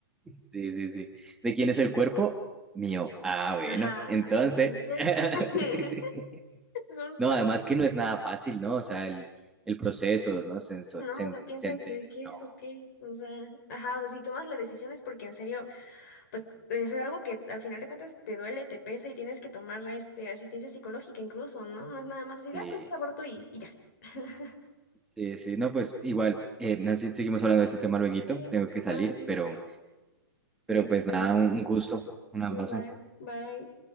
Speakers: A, in the centre; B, on the left.
A: Sí, sí, sí. ¿De quién es el cuerpo? Mío. Ah, bueno,
B: Ajá,
A: entonces.
B: así entonces.
A: <laughs>
B: <laughs> Justo.
A: No, además que no es nada fácil, ¿no? O sea, el, el proceso, ¿no? Sensor,
B: No,
A: sen-
B: o sea, piensan
A: sen-
B: que,
A: de-
B: que
A: no,
B: es o qué. O sea, ajá, o sea, si tomas la decisión es porque en serio, pues es algo que al final de cuentas te duele, te pesa y tienes que tomar este, asistencia psicológica incluso, ¿no? No es nada más así, de,
A: sí,
B: ah, pues te aborto y, y ya. <laughs>
A: sí, sí, no, pues igual, eh, Nancy, seguimos hablando de este tema lueguito,
B: Sí,
A: tengo que salir,
B: claro que sí.
A: pero, pero
B: Ahí
A: pues
B: estamos
A: nada,
B: hablando.
A: un un gusto, un abrazo.
B: Igual, bye.